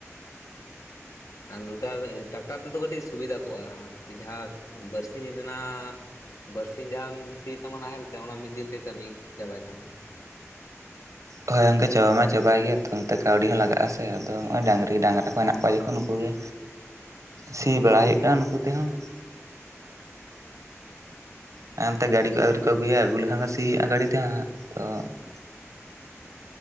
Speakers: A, on the left; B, on the right.
A: ᱟᱨ ᱞᱩᱴᱟᱨᱤ ᱴᱨᱟᱠᱴᱟᱨ ᱛᱮᱫᱚ ᱠᱟᱹᱴᱤᱡ ᱥᱩᱵᱤᱫᱷᱟ ᱠᱚᱜᱼᱟ ᱟᱨᱠᱤ ᱡᱟᱦᱟᱸ ᱵᱟᱨᱥᱤᱧ ᱨᱮᱱᱟᱜ ᱵᱟᱨᱥᱤᱧ ᱡᱟᱦᱟᱢ ᱥᱤᱭ ᱛᱟᱢᱟ ᱱᱟᱦᱮᱞ ᱛᱮ ᱚᱱᱟ ᱢᱤᱫ ᱫᱤᱱ ᱛᱮ ᱠᱟᱹᱢᱤ ᱪᱟᱵᱟᱭ ᱛᱟᱢᱟᱭ ᱾
B: ᱦᱳᱭ ᱜᱚᱝᱠᱮ ᱪᱟᱵᱟᱭ ᱢᱟ ᱪᱟᱵᱟᱭ ᱜᱮᱭᱟ ᱛᱚ ᱱᱚᱱᱛᱮ ᱠᱟᱹᱣᱰᱤ ᱦᱚᱸ ᱞᱟᱜᱼᱟ ᱥᱮ ᱟᱫᱚ ᱱᱚᱜᱼᱚᱭ ᱰᱟᱹᱝᱨᱤ ᱰᱟᱝᱨᱟ ᱦᱮᱱᱟᱜ ᱾ ᱚᱠᱟ ᱡᱚᱠᱷᱚᱱ ᱠᱩᱞᱮ
A: ᱦᱮᱸ ᱾
B: ᱥᱤ ᱵᱟᱲᱟᱭ ᱦᱩᱭᱩᱜ ᱠᱟᱱᱟ ᱱᱩᱠᱩ ᱛᱮᱦᱚᱸ ᱾ ᱛᱟᱭᱚᱢ ᱛᱮ ᱜᱟᱹᱰᱤ ᱠᱚ ᱟᱹᱣᱨᱤ ᱠᱚ ᱟᱹᱜᱩᱭᱟ ᱟᱹᱜᱩ ᱞᱮᱠᱷᱟᱱ ᱜᱮ ᱥᱤ ᱦᱩᱭᱩᱜᱼᱟ ᱜᱟᱹᱰᱤ ᱛᱮ ᱦᱟᱸᱜ ᱛᱚ ᱾